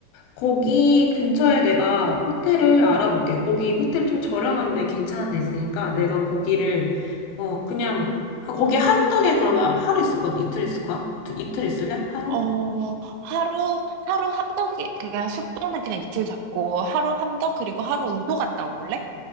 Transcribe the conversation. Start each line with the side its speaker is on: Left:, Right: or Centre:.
Left: 거기 근처에 내가 호텔을 알아볼게. 거기 호텔 좀 저렴한데 괜찮은 데 있으니까 내가 거기를, 어, 그냥, 하- 거기 함덕에 그러면 하루 있을 거야? 이틀 있을 거야? 두- 이틀 있을래? 하루?
Right: 어, 하루, 하루 함덕에, 그냥 숙소는 그냥 이틀 잡고, 하루 함덕, 그리고 하루 우도 갔다 올래?